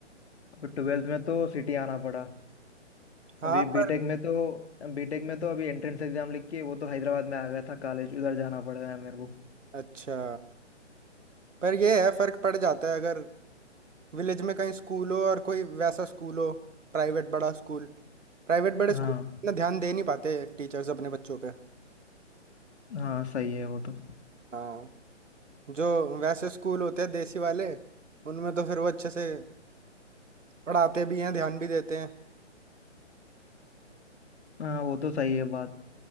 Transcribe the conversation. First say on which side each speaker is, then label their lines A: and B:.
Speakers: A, on the left (about 60°); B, on the right (about 90°).
A: अभी ट्वेल्थ में तो सिटी आना पड़ा
B: हाँ
A: अभी
B: पर
A: बीटेक में तो बीटेक में तो अभी एंट्रेंस एग्जाम लिख के वो तो हैदराबाद में आ गया था कॉलेज उधर जाना पड़ गया मेरे को
B: अच्छा पर ये है फर्क पड़ जाता है अगर विलेज में कहीं स्कूल हो और कोई वैसा स्कूल हो प्राइवेट बड़ा स्कूल प्राइवेट बड़े स्कूल
A: हाँ
B: इतना ध्यान दे नहीं पाते टीचर्स अपने बच्चों पे
A: हाँ सही है वो तो
B: हाँ जो वैसे स्कूल होते हैं देसी वाले उनमें तो फिर वो अच्छे से पढ़ाते भी हैं ध्यान भी देते हैं
A: हाँ वो तो सही है बात